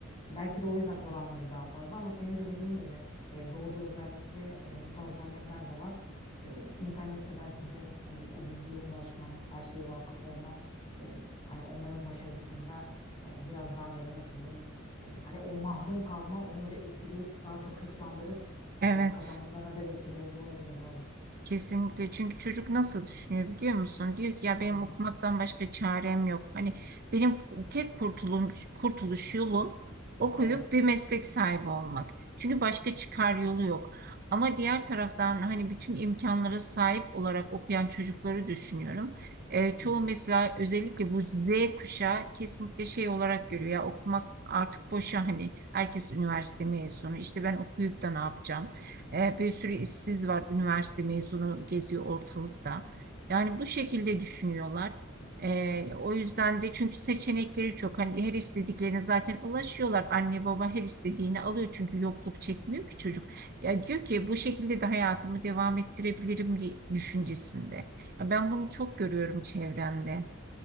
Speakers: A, on the left; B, on the right.
A: Belki de o yüzden oranları daha fazla ama senin de dediğin gibi e, doğuda özellikle e, bu tarz örnekler de var. E, internette belki de hani o bilgiye ulaşma, her şeye vakıf olma, e, hani onların başarısında e, biraz daha böyle nasıl diyeyim e, hani o mahrum kalma onları etkileyip daha çok hırslandırıp
B: Evet.
A: e, kazanmalarına da vesile oluyor olabilir doğru.
B: Kesinlikle çünkü çocuk nasıl düşünüyor biliyor musun? Diyor ki ya benim
A: Hı hı.
B: okumaktan başka çarem yok. Hani benim tek kurtuluş, kurtuluş yolum okuyup
A: Evet.
B: bir meslek sahibi olmak. Çünkü başka çıkar yolu yok. Ama diğer taraftan hani bütün imkanlara sahip olarak okuyan çocukları düşünüyorum. Ee, çoğu
A: Hı hı. Hı
B: mesela özellikle bu Z kuşağı kesinlikle şey olarak görüyor ya okumak artık boşa hani herkes üniversite mezunu işte ben okuyup da ne yapacağım? E, bir sürü işsiz var, üniversite mezunu geziyor ortalıkta. Yani bu şekilde düşünüyorlar. E, o yüzden de çünkü seçenekleri çok. Hani her istediklerine zaten ulaşıyorlar. Anne baba her istediğini alıyor çünkü yokluk çekmiyor ki çocuk. Ya diyor ki bu şekilde de hayatımı devam ettirebilirim diye düşüncesinde. Ya ben bunu
A: hı.
B: çok görüyorum çevremde.